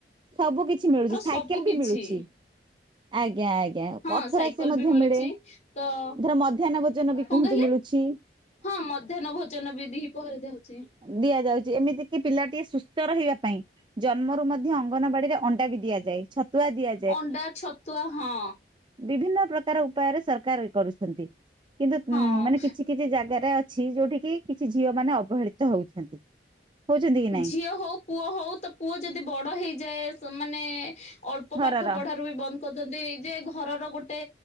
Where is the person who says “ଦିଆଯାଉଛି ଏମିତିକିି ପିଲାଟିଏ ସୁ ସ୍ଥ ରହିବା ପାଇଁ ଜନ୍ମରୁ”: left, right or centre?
Right